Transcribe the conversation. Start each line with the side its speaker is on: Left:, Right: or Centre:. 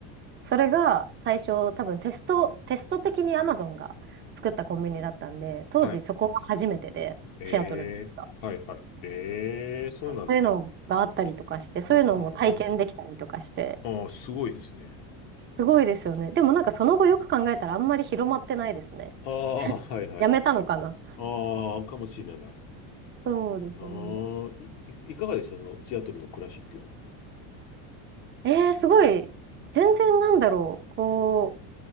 Right: それが最初多分テスト、テスト的に Amazon が作ったコンビニだったんで、当時そこが初めてで、
Left: はい。ええ、
Right: シアトルが。
Left: はい、はい。ええ、そうなんですね。
Right: そういうのがあったりとかして、そういうのも体験できたりとかして、
Left: うん、うん、うん。ああ、すごいですね。
Right: すごいですよね。でもなんかその後よく考えたらあんまり広まってないですね。
Left: ああ、はい、はい。
Right: やめたのかな。
Left: ああ、かもしれない。
Right: そうですね。
Left: ああ、い、い、いかがでしたその、シアトルの暮らしっていうのは。
Right: えー、すごい。全然なんだろう。こ